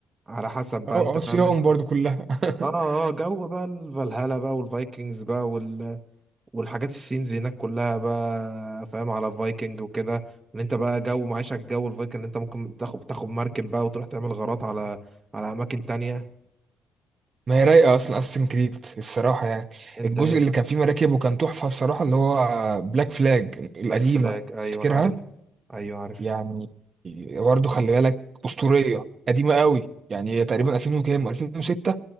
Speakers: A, on the right; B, on the right.
A: على حسب بقى
B: اه
A: انت
B: عصيان
A: فاهم انت
B: برضو كلها
A: اه
B: <laughs>
A: اه جو بقى الفالهالا بقى والفايكنجز بقى والحاجات السينز هناك كلها بقى فاهم على فايكنج وكده ان انت بقى جو معيشة الجو الفايكنج ان انت ممكن تاخد تاخد مركب بقى وتروح تعمل غارات على على اماكن تانية
B: ما هي رايقه اصلا اساسن كريد الصراحه يعني
A: انت
B: الجزء
A: ايه بس
B: اللي كان فيه مراكب وكان تحفه بصراحه اللي هو بلاك فلاج القديمه
A: بلاك فلاج ايوه
B: تفتكرها
A: انا عارف ايوه عارف
B: يعني برضو خلي بالك اسطوريه قديمه قوي يعني هي تقريبا
A: اه
B: 2000 وكام 2006